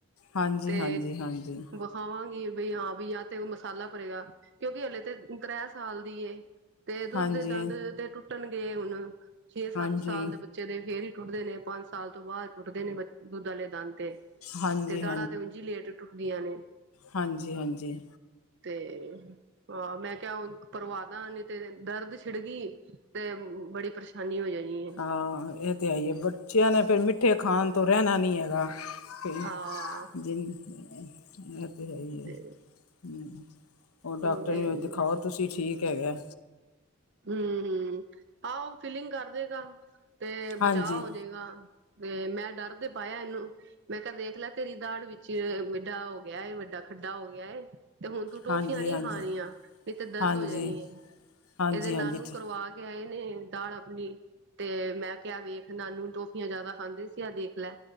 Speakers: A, on the left; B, on the right.
A: ਹਾਂਜੀ
B: ਤੇ
A: ਹਾਂਜੀ ਹਾਂਜੀ
B: ਖਾਵਾਂਗੀ ਬਈ ਹਾਂ ਬੀ ਯਾ ਤੇ ਓ ਮਸਾਲਾ ਭਰੇਗਾ ਕਿਉਂਕਿ ਹਲੇ ਤੇ ਤ੍ਰੈ ਸਾਲ ਦੀ ਏ। ਤੇ ਦੁੱਧ
A: ਹਾਂਜੀ
B: ਦੇ ਦੰਦ ਤੇ ਟੁੱਟਣਗੇ ਹੁਣ, ਛੇ-ਸੱਤ
A: ਹਾਂਜੀ
B: ਸਾਲ ਦੇ ਬ ਬੱਚੇ ਦੇ ਫੇਰ ਈ ਟੁੱਟਦੇ ਨੇ ਪੰਜ ਸਾਲ ਤੋਂ ਬਾਦ ਟੁੱਟਦੇ ਨੇ ਬੇ ਦੁੱਧ ਆਲੇ ਦੰਦ। ਤੇ-ਤੇ
A: ਹਾਂਜੀ
B: ਦਾੜਾਂ ਤੇ ਉੰਝ ਈ ਲੇਟ ਟੁੱਟਦੀਆਂ ਨੇ।
A: ਹਾਂਜੀ-ਹਾਂਜੀ
B: ਤੇ, ਹਾਂ ਮੈਂ ਕਿਹਾ ਹੁਣ ਭਰਵਾ ਦਾ ਨਹੀ ਤੇ ਦਰਦ ਛਿੜਗੀ ਤੇ ਬੜੀ ਪਰੇਸ਼ਾਨੀ ਹੋ ਜਾਣੀ ਏ।
A: ਹਾਂ ਏ ਤੇ ਹੈ ਐ ਬੱਚਿਆਂ ਨੇ ਫਿਰ ਮਿੱਠੇ ਖਾਣ ਤੋਂ ਰਹਿਣਾ ਨੀ ਹੈਗਾ। ਕੇ
B: ਹਾਂ
A: ਜਨ <unintelligible> ਐ ਤੇ ਹੈ ਈ ਐ
B: ਤੇ
A: ਹੂੰ। ਓਹ ਡਾਕਟਰ
B: ਹੋਰ ਹਮ
A: ਨੂੰ ਦਿਖਾਓ ਤੁਸੀਂ ਠੀਕ ਹੈਗਾ।
B: ਹੂੰ-ਹੂੰ ਆਓ ਫੀਲਿੰਗ ਕਰ ਦੇਏਗਾ ਤੇ
A: ਹਾਂਜੀ
B: ਬਚਾਅ ਹੋ ਜਾਏਗਾ। ਤੇ ਮੈਂ ਡਰ ਦੇ ਪਾਇਆ ਇਹਨੂੰ ਮੈਂ ਕਿਹਾ ਦੇਖ ਲੈ ਤੇਰੀ ਦਾੜ ਵਿੱਚ ਚ ਮਿੱਢਾ ਹੋ ਗਿਆ ਐ ਵੱਡਾ ਖੱਡਾ ਹੋ ਗਿਆ ਏ। ਤੇ ਹੁਣ ਤੂੰ ਟੋਫੀਆਂ
A: ਹਾਂਜੀ
B: ਨੀ
A: ਹਾਂਜੀ
B: ਖਾਣੀਆਂ ਨਹੀ ਤੇ ਦਰਦ
A: ਹਾਂਜੀ
B: ਹੋ ਜਾਣੀ ਏ।
A: ਹਾਂਜੀ
B: ਇਹਦੇ ਨਾਨੂੰ
A: ਹਾਂਜੀ ਠੀ
B: ਕਰਵਾ ਕੇ ਆਏ ਨੇ ਦਾੜ ਆਪਣੀ। ਤੇ ਮੈਂ ਕਿਹਾ ਵੇਖ ਨਾਨੂੰ ਟੋਫੀਆਂ ਜਿਆਦਾ ਖਾਂਦੇ ਸੀ ਆ ਦੇਖ ਲੈ।